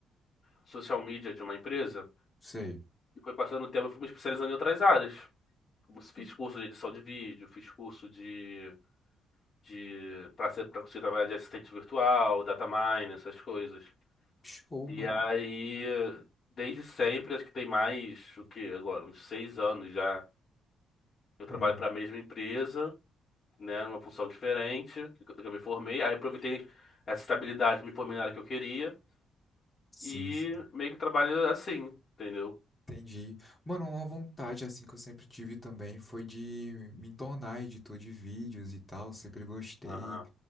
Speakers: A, on the left (about 45°); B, on the left (about 20°).
A: social media de uma empresa,
B: sei.
A: e foi passando o tempo, eu fui me especializando em outras áreas. Fiz
B: Hum,
A: curso de edição de vídeo, fiz curso de de para ser para conseguir trabalhar de assistente virtual, data mine, essas coisas.
B: Show,
A: E
B: mano.
A: aí, desde sempre, acho que tem mais o que agora, uns seis anos já, eu trabalho
B: Hum,
A: para a mesma empresa, né, numa função diferente do que do que eu me formei. Aí aproveitei essa estabilidade, me formei na área que eu queria
B: sim,
A: e
B: sim.
A: meio que trabalho assim, entendeu?
B: Entendi. Mano, uma vontade assim que eu sempre tive também foi de me tornar editor de vídeos e tal. Sempre gostei.
A: Aham,